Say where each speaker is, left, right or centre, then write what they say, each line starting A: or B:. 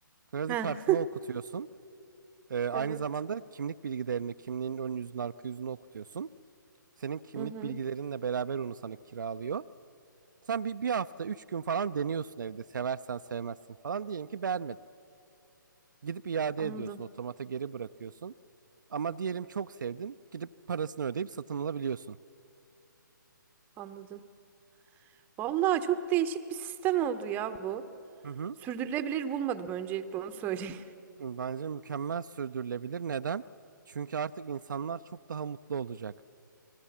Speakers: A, on the right; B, on the right.
A: Kredi
B: He,
A: kartını okutuyorsun. E, aynı
B: evet.
A: zamanda kimlik bilgilerini, kimliğin ön yüzünü, arka yüzünü okutuyorsun. Senin kimlik
B: Hı hı.
A: bilgilerinle beraber onu sana kiralıyor. Sen bir, bir hafta, üç gün falan deniyorsun evde. Seversen sevmezsin falan. Diyelim ki beğenmedin. Gidip iade
B: anladım,
A: ediyorsun, otomata geri bırakıyorsun. Ama diyelim çok sevdin, gidip parasını ödeyip satın alabiliyorsun.
B: anladım. Vallahi çok değişik bir sistem oldu ya bu.
A: Hı hı.
B: Sürdürülebilir bulmadım öncelikle onu söyleyeyim.
A: Bence mükemmel sürdürülebilir. Neden? Çünkü artık insanlar çok daha mutlu olacak.